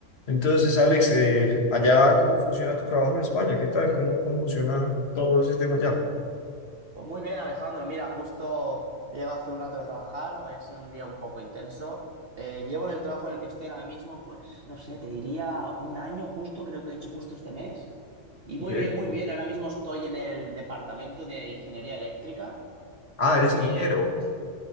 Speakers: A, on the left (about 55°); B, on the right (about 55°).
A: Entonces, Alex, eh, allá, ¿cómo funciona tu trabajo en España? ¿Qué tal? ¿Cómo, cómo funciona todo ese tema allá?
B: Pues muy bien, Alejandro. Mira, justo he llegado hace un rato de trabajar. Hoy ha sido un día un poco intenso. Eh, llevo en el trabajo en el que estoy ahora mismo, pues, no sé, te diría un año justo, creo que he hecho justo este mes. Y muy
A: Ok.
B: bien, muy bien. Ahora mismo estoy en el departamento de ingeniería eléctrica.
A: Ah,
B: Estudié...
A: eres ingeniero.